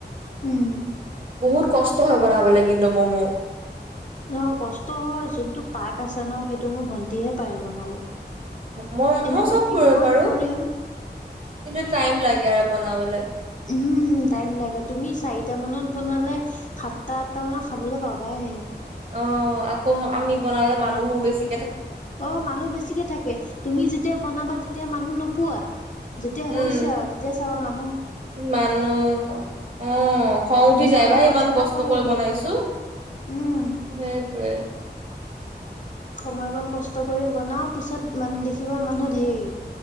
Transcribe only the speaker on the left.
উম।
ন', কষ্ট হয় যোনটো পাক আছে ন' সেইটো মোৰ ভন্টিহে পাৰে বনাব।
এনে
বাকী
মই
কৰিলো।
উমম টাইম লাগে তুমি চাৰিটা মানত বনালে সাতটা আঠটা মানত খাবলৈ পাবাহে।
অ', মানুহ বেছিকে থাকে তুমি যেতিয়া বনাবা তেতিয়া মানুহ নোপোৱা। যেতিয়া
হৈছে আৰু তেতিয়া চাব মানে
নিজৰ
ভাগত
এটা
পৰেগে
উম।
সময়কন কষ্ট কৰি বনাও পিছত মান দেখিবা মানুহ ঢেৰ।